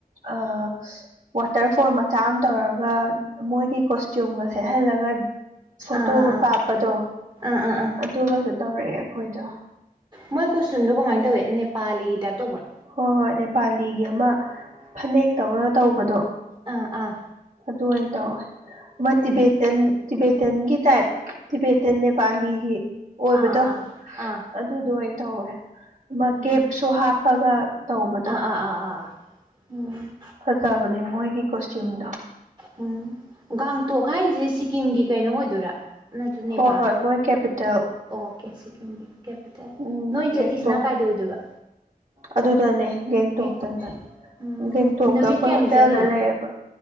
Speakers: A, on the right; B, on the right.
A: ꯑꯥ ꯋꯥꯇꯔꯐꯣꯜ ꯃꯆꯥ ꯑꯃ ꯇꯧꯔꯒ ꯃꯣꯏꯒꯤ ꯀꯣꯁꯇ꯭ꯌꯨꯝꯒ ꯁꯦꯠꯍꯜꯂꯒ ꯐꯣꯇꯣꯒ
B: ꯑꯥ ꯑꯥ ꯑꯥ
A: ꯀꯥꯞꯄꯗꯣ
B: ꯑꯥ ꯑꯥ ꯑꯥ
A: ꯑꯗꯨꯒꯁꯨ ꯇꯧꯔꯛꯑꯦ ꯑꯩꯈꯣꯏꯗꯣ
B: ꯃꯣꯏ ꯀꯣꯁꯇ꯭ꯌꯨꯝꯗꯣ ꯀꯃꯥꯏ ꯇꯧꯋꯦ ꯅꯦꯄꯥꯂꯤꯒꯤ ꯇꯥꯏꯞ ꯇꯧꯕ꯭ꯔꯥ
A: ꯍꯣꯏ ꯍꯣꯏ ꯅꯦꯄꯥꯂꯤꯒꯤ ꯑꯃ ꯐꯅꯦꯛꯇꯧꯅ ꯇꯧꯕ
B: ꯑꯥ ꯑꯥ
A: ꯑꯗꯨꯃꯥꯏꯅ ꯇꯧꯋꯦ ꯑꯃ
B: ꯎꯝ
A: ꯇꯤꯕꯦꯇꯟ ꯇꯤꯕꯦꯇꯟꯒꯤ ꯇꯥꯏꯞ ꯇꯤꯕꯦ ꯅꯦꯄꯥꯂꯤꯒꯤ ꯑꯣꯏꯕꯗꯣ
B: ꯑꯥ ꯑꯥ ꯑꯥ ꯑꯥ
A: ꯑꯗꯨꯗꯣ ꯑꯣꯏꯅ ꯇꯧꯋꯦ ꯑꯃ
B: ꯎꯝ
A: ꯀꯦꯞꯁꯨ ꯍꯥꯞꯄꯒ ꯇꯧꯕꯗꯣ
B: ꯑꯥ ꯑꯥ ꯑꯥ ꯑꯥ ꯎꯝ
A: ꯐꯖꯕꯅꯦ ꯃꯣꯏꯒꯤ ꯀꯣꯁꯇ꯭ꯌꯨꯝꯗꯣ
B: ꯎꯝ ꯒꯥꯡꯇꯣꯛ ꯍꯥꯏꯁꯦ ꯁꯤꯀꯤꯝꯒꯤ ꯀꯩꯅꯣ ꯑꯣꯏꯗꯣꯏꯔꯥ ꯅꯠꯇ꯭ꯔ ꯅꯦꯄꯥꯜꯂ
A: ꯍꯣꯏ ꯍꯣꯏ ꯃꯣꯏ ꯀꯦꯄꯤꯇꯦꯜ
B: ꯑꯣꯀꯦ ꯁꯤꯀꯤꯝꯒꯤ ꯀꯦꯄꯤꯇꯦꯜ
A: ꯎꯝ
B: ꯅꯣꯏ
A: ꯒꯦꯡꯇꯣꯛ
B: ꯆꯠꯂꯤꯁꯤꯅ ꯀꯥꯏꯗ ꯑꯣꯏꯗꯣꯏꯕ
A: ꯑꯗꯨꯗꯅꯦ ꯒꯦꯡꯇꯣꯛꯇꯅꯦ
B: ꯒꯦꯡꯇꯣꯛꯇ ꯎꯝ
A: ꯒꯦꯡꯇꯣꯛꯇ
B: ꯅꯨꯃꯤꯠ
A: ꯑꯩꯈꯣꯏ
B: ꯀꯌꯥꯅꯤ
A: ꯍꯣꯇꯦꯜꯗ
B: ꯆꯠꯂꯤꯅꯣ
A: ꯂꯩꯌꯦꯕ